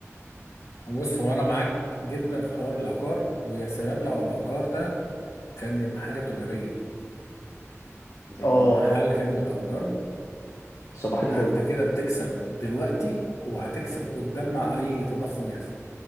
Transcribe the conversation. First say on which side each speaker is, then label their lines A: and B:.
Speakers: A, on the left; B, on the left.
A: بص هو انا معاك جدا في حوار العقار ويا سلام لو العقار ده كان يبقى حاجة تجارية يبقى
B: اه
A: محل كان بتأجره
B: صباح
A: يبقى
B: الفل
A: انت كده بتكسب دلوقتي وهتكسب قدام مع اي تضخم يحصل